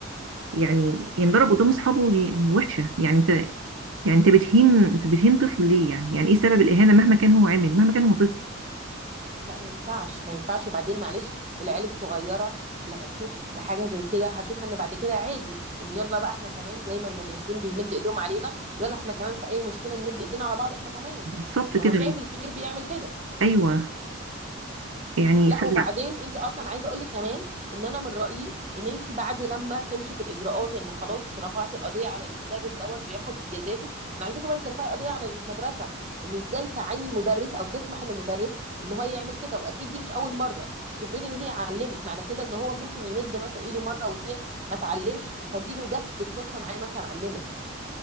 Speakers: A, on the right (about 75°); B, on the right (about 35°).
A: يعني ينضرب قدام اصحابه دي يعني وحشه يعني انت يعني انت بتهين انت بتهين طفل ليه يعني يعني ايه سبب الاهانه مهما كان هو عامل مهما كان هو طفل
B: لا ما ينفعش ما ينفعش وبعدين معلش العيال الصغيره لما تشوف حاجه زي كده هتشوفها ان بعد كده عادي ان يلا بقى احنا كمان زي ما المدرسين بيمد ايدهم علينا يلا احنا كمان في اي مشكله نمد ايدينا على بعض احنا كمان
A: بالظبط كده
B: ما هو شايف الكبير بيعمل كده
A: ايوه يعني
B: لا
A: ف-
B: وبعدين انت اصلا عايزه اقول لك كمان ان انا من رايي ان انت بعد لما تمشي في الاجراءات ان خلاص رفعت القضيه على المدرس دوت وياخد جزاته انا عايزاكي برضه ترفعي القضيه على المدرسه ان ازاي تعين مدرس او تسمح لمدرس ان هو يعمل كده واكيد دي مش اول مره انت بتقولي ان هي علمت معنى كده ان هو ممكن يمد مثلا ايده مره واتنين ما اتعلمش فدي جت بالصدفه معايا مثلا علمت